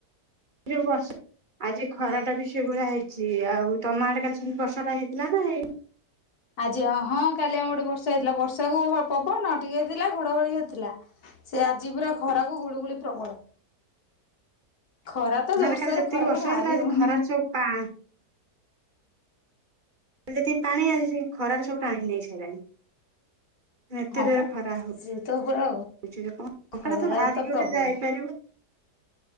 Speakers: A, on the right (about 30°); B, on the left (about 65°).
A: ଟିକେ ହ୍ୱାଟସପ ଆଜି ଖରା ଟା ବି ସେଭଳିଆ ହେଇଛି ଆଉ ତମ ଆଡେ କାଲି ସେମିତି ବଷା ଟା ହେଇଥିଲା ନା ହେଇନି।
B: ଆଜି ହଁ କାଲି ଆମର ଗୋଟେ ବର୍ଷା ହେଇଥିଲା ବର୍ଷାକୁ ପବନ ଟିକେ ହେଇଥିଲା ଘଡଘଡି ହେଇଥିଲା। ସେ ଆଜି ପୁରା ଖରାକୁ ଗୁଳୁଗୁଳି ପ୍ରବଳ। ଖରା ତ ଜୋରସୋର
A: ମାନେ କାଲି ଯେତିକି
B: ଖରାକୁ
A: ବର୍ଷା
B: ବାହାରି
A: ହେଇଥିଲା ଆଜି
B: ହଉନି
A: ଖରାରେ ସବୁ ପା। ଯେତିକି ପାଣି ଆଜି ଖରାରେ ସବୁ ଟାଣି ନେଇ ସାରିଲାଣି ଏତେ
B: ହଁ
A: ଜୋରରେ
B: ପା।
A: ଖରା ହଉ।
B: ସିଏ ତ ପୁରା ଖରା
A: ମ ବାାର
B: ତ ପ୍ରବଳ।
A: ଆପ